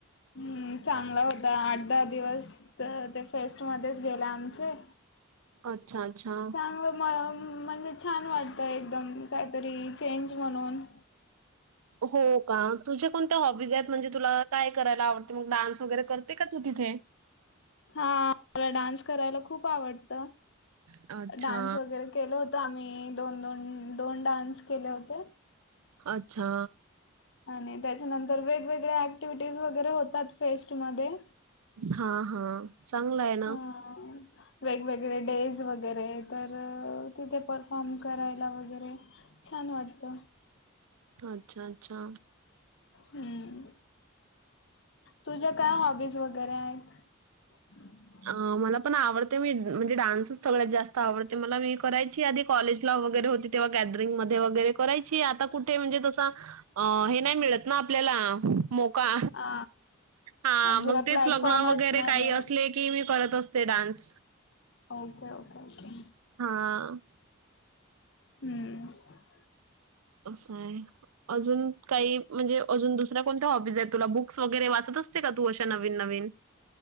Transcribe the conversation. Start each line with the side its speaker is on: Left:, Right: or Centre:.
Left: हम्म चांगला होता आठ दहा दिवस ते फेस्ट मध्येच गेले आमचे.
Right: अच्छा अच्छा.
Left: चांगलं म म्हणजे छान वाटतं एकदम काहीतरी चेंज म्हणून.
Right: हो का तुझ्या कोणत्या हॉबीज आहेत म्हणजे तुला काय? करायला आवडते मग डान्स वगैरे करते का तू तिथे.
Left: हा मला डान्स करायला खूप आवडत
Right: अच्छा.
Left: डान्स वगैरे. केल होत आम्ही दोन दोन दोन डान्स केले होते.
Right: अच्छा.
Left: आणि त्याच्यानंतर वेगवेगळ्या ऍक्टिव्हिटीज वगैरे होतात फेस्टमध्येध्ये.
Right: हा हा. चांगलाय.
Left: ह वेगवेगळे डेज वगैरे तर. तिथे परफॉर्म करायला वगैरे. छान वाटत
Right: अच्छा, अच्छा.
Left: हम्म. तुझ्या काय? हॉबीज वगैरे आहेत. ह.
Right: अ मला पण आवडते मी म्हणजे डान्सच सगळ्यात जास्त आवडते मला मी करायची आधिक. कॉलेज ला वगैरे होती तेव्हा गॅदरिंग मध्ये वगैरे करायची. आता कुठे म्हणजे तस हे नाही मिळत ना आपल्याला मोका.
Left: हा
Right: हा मग
Left: तुला
Right: तेच
Left: प्लॅटफॉर्मच
Right: लग्न वगैरे
Left: नाही
Right: काही
Left: मिळत.
Right: असले की मी करत असते डान्स.
Left: Okay okay okay.
Right: हा.
Left: हम्म.
Right: असं आहे अजून काही म्हणजे अजून दुसऱ्या कोणत्या हॉबीज आहेत तुला बुक बुक्स वगैरे वाचत असते का तू अशा नवीन नवीन.